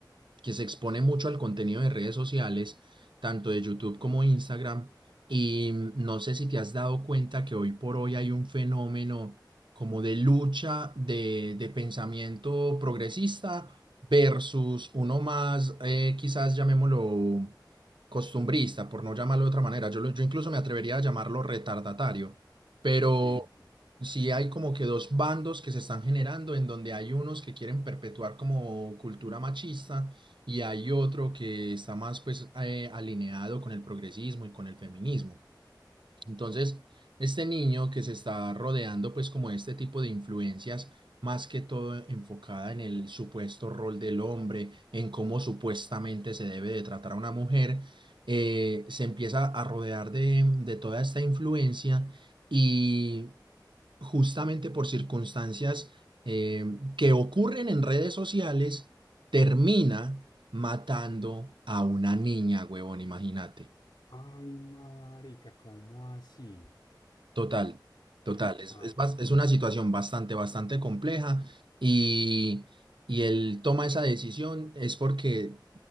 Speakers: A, on the right (about 85°); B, on the left (about 75°).
A: que se expone mucho al contenido de redes sociales, tanto de YouTube como Instagram. Y mm, no sé si te has dado cuenta que hoy por hoy hay un fenómeno como de lucha de, de pensamiento progresista versus uno más, eh, quizás llamémoslo costumbrista, por no llamarlo de otra manera. Yo, lo- yo incluso me atrevería a llamarlo retardatario, pero
B: Sí.
A: sí hay como que dos bandos que se están generando en donde hay unos que quieren perpetuar como cultura machista y hay otro que está más pues eh, alineado con el progresismo y con el feminismo. Entonces, este niño que se está rodeando pues como este tipo de influencias, más que todo enfocada en el supuesto rol del hombre, en cómo supuestamente se debe de tratar a una mujer, eh, se empieza a rodear de, de toda esta influencia y justamente por circunstancias eh, que ocurren en redes sociales, termina matando a una niña, huevón, imagínate.
B: Ay, marica, ¿cómo así?
A: Total, total.
B: Y
A: Es,
B: parce.
A: es, bas- es una situación bastante, bastante compleja y, y él toma esa decisión es porque